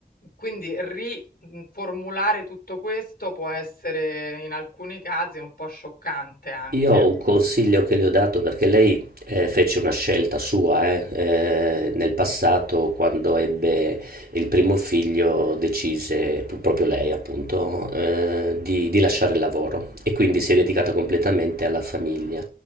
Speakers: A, on the left (about 75°); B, on the right (about 80°).
A: Quindi riformulare tutto questo può essere in alcuni casi un po' scioccante anche.
B: Io ho un consiglio che le ho dato perché lei eh, fece una scelta sua, eh, eh, nel passato quando ebbe il primo figlio decise, pu- proprio lei appunto, eh, di, di lasciare il lavoro e quindi si è dedicata
A: Mm.
B: completamente alla famiglia.